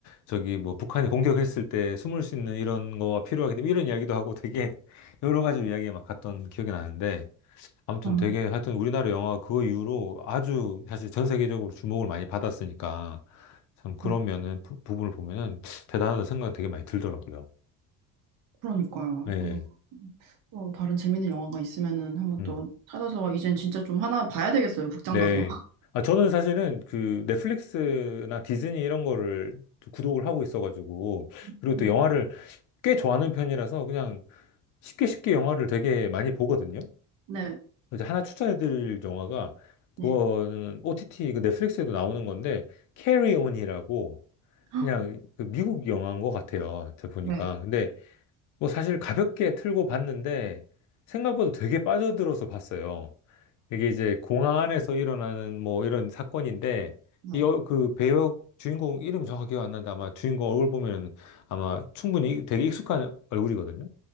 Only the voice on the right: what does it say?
아,
아,
그러니까요.
저도 또 다른 재밌는 영화가 있으면은 한번
또 찾아서, 이젠 진짜 좀 하나 봐야 되겠어요. 극장
가서.
음.
네,
네.
헉,
네,
네.